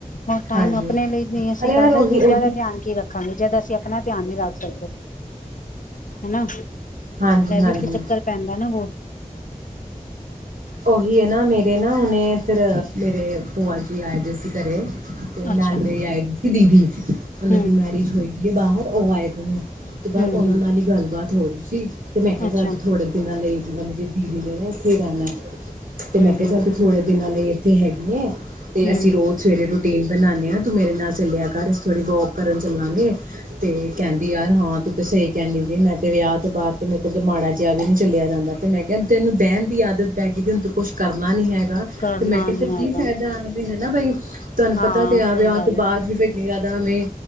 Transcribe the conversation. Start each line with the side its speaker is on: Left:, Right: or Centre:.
Left: ਹ ਟਾਈਮ
Right: ਹਾਂਜੀ
Left: ਆਪਣੇ ਲਈ ਨੀ!
Right: ਅਰੇ ਯਾਰ
Left: ਕਾਦਾ
Right: ਉਹੀ
Left: ਦੂਜਿਆਂ
Right: ਉਹੀ
Left: ਦਾ ਧਿਆਨ ਕੀ ਰੱਖਾਂਗੇ? ਜਦ ਅਸੀਂ ਆਪਣਾ! ਧਿਆਨ ਹੀ ਨਹੀਂ ਰੱਖ ਸਕਦੇ। ਹਨਾ?
Right: ਹਾਂਜੀ
Left: ਏ
Right: ਹਾਂਜੀ
Left: ਵੀ ਇੱਕ ਚੱਕਰ ਪੈਂਦਾ ਨਾ ਬਹੁਤ?
Right: ਉਹੀ ਹੈ ਨਾ ਮੇਰੇ ਨਾ ਉਹਨੇ ਫੇਰ। ਮੇਰੇ ਭੂਆ ਜੀ ਆਏ ਵੇ ਸੀ ਘਰੇ ਤੇ ਨਾਲ
Left: ਅੱਛਾ
Right: ਮੇਰੀ ਆਈ ਸੀ! ਦੀਦੀ
Left: ਹੂੰ
Right: ਉਹਨਾਂ ਦੀ ਮੈਰਿਜ ਹੋਈ। ਏ ਬਾਹਰ ਉਹ ਆਏ ਹੋਏ ਨੇ। ਤੇ ਬਾਦ
Left: ਹੂੰ
Right: ਉਹਨਾਂ
Left: ਹੂੰ
Right: ਨਾਲ ਹੀ ਗੱਲਬਾਤ ਹੋੋਈ ਸੀ। ਤੇ ਮੈਂ ਕਿਹਾ
Left: ਅੱਛਾ
Right: ਚੱਲ ਥੋੜੇ ਦਿਨਾਂ ਲਈ। ਹੁਣ ਮੇਰੀ ਦੀਦੀ ਨੇ ਨਾ ਇੱਥੇ ਹੀ ਰਹਿਣਾ। ਤੇ
Left: ਹੂੰ
Right: ਮੈਂ ਕਿਹਾ
Left: ਹੂੰ
Right: ਚੱਲ ਥੋੜੇ! ਦਿਨਾਂ ਦੀ ਇੱਥੇ ਹੈਗੀ ਹੈ, ਤੇ
Left: ਹੂੰ
Right: ਅਸੀਂ ਰੋਜ਼ ਸਵੇਰੇ ਰੋ ਪਟੀਲ ਬਣਾਉਂਦੇ ਆਂ ਤੂੰ ਮੇਰੇ ਨਾਲ ਚੱਲਿਆ ਕਰ। ਅਸੀਂ ਥੋੜ੍ਹੀ ਵੋਕ ਕਰਨ ਚੱਲਾਂਗੇ। ਤੇ ਕਹਿੰਦੀ ਯਾਰ ਹਾਂ! ਤੂੰ ਤਾਂ ਸਹੀ ਕਹਿੰਦੀ ਵੀ ਮੈਂ ਤੇ ਵਿਆਹ ਤੋਂ ਬਾਅਦ ਤੇ ਮੇਰੇ ਕੋਲ ਤਾਂ ਮਾੜਾ ਜਿਹਾ ਵੀ ਨਹੀਂ ਚੱਲਿਆ ਜਾਂਦਾ। ਤੇ ਮੈਂ ਕਿਹਾ ਤੈਨੂੰ ਬਹਿਣ ਦੀ ਆਦਤ। ਪੈ ਗਈ। ਤੇ ਕੁਛ ਕਰਨਾ ਨੀ ਹੈਗਾ।
Left: ਕਰਨਾ
Right: ਤੇ ਮੈਂ ਕਿਹਾ
Left: ਨੀ
Right: ਫਿਰ
Left: ਹੈਗਾ
Right: ਕੀ ਫਾਇਦਾ ਆ ਹਨਾ ਬਈ ਤੁਹਾਨੂੰ
Left: ਹਾਂ
Right: ਪਤਾ ਤੇ ਆਹ
Left: ਸਹੀ ਗੱਲ
Right: ਤੋਂ ਬਾਅਦ
Left: ਹੈ
Right: ਵੀ। ਜ਼ਿਆਦਾਵੇਂ